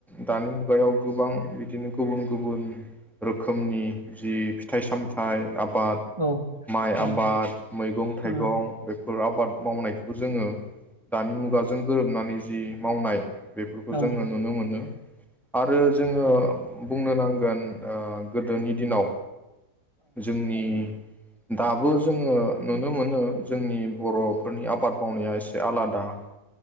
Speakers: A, in the centre; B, on the right (about 20°).
A: दानि मुगायाव गोबां बिदिनो गुबुन गुबुन रोखोमनि जि फिथाइ सामथाइ आबाद
B: औ
A: माइ
B: औ
A: आबाद मैगं थाइगं
B: औ
A: बेफोर आबाद मावनायखौ जोङो दानि मुगाजों गोरोबनानै जि मावनाय बेफोरखौ
B: औ
A: जोङो नुनो मोनो आरो जोङो बुंनो नांगोन ओ गोदोनि दिनाव जोंनि दाबो जोङो नुनो मोनो जोंनि बर'फोरनि आबाद मावनाया एसे आलादा दा